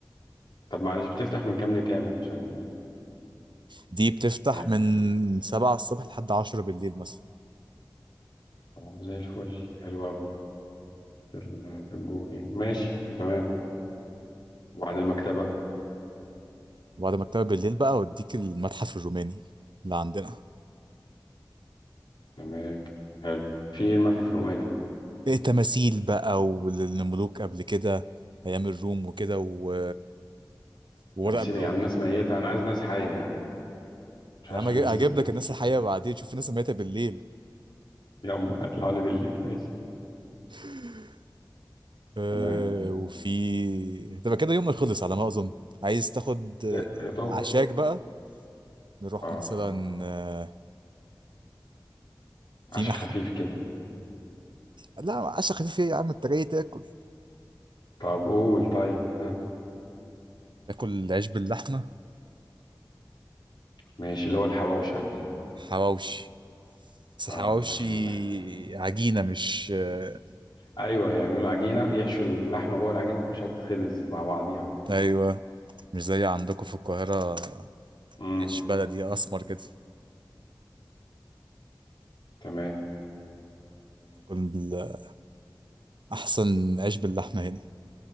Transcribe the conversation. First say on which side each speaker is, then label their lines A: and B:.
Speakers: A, on the left (about 70°); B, on the right (about 75°).
A: طب معلش بتفتح من كام لكام عشان
B: دي بتفتح
A: آه،
B: من سبعة الصبح لحد عشرة بالليل مثلا
A: طب زي الفل حلو أوي في ال- في الجون يعني ماشي تمام وبعد المكتبة
B: وبعد مكتبة بالليل بقى أوديك المتحف الروماني اللي عندنا
A: تمام حلو في إيه المتحف الروماني ده
B: إيه تماثيل بقى والملوك قبل كده أيام الروم وكده و... وورق
A: تماثيل
B: بقى
A: إيه يا عم الناس ميتة أنا عايز ناس حية يا عم مش عايز
B: يا عم
A: أشوف
B: أجي-
A: ناس
B: هجيب
A: ميتة
B: لك الناس الحقيقة بعدين شوف الناس اللي ماتت بالليل
A: <laughs> يلا اطلعوا لي بالليل ماشي
B: <laughs> آه،
A: تمام
B: وفي تبقى كده يومنا خلص على ما اظن عايز تاخد آه،
A: يا يا دوب
B: عشاك بقى نروح
A: اه
B: مثلا آه،
A: عشاء
B: في مح
A: خفيف كده
B: لا عشا خفيف ايه يا عم انت جاي تاكل
A: طب قول طيب ها
B: تاكل عيش باللحمه
A: ماشي اللي هو الحواوش عندنا في القاهرة.
B: حواوشي بس
A: اه
B: حواوشي
A: عيش باللحمة
B: عجينه مش آه،
A: ايوه يعملوا العجينة يحشوا اللحمة جوه العجينة وخشها تتخبز مع بعضيها كده
B: ايوه مش زي عندكم في القاهره
A: امم
B: عيش بلدي اسمر كده
A: تمام
B: تاكل بال- احسن عيش باللحمه هنا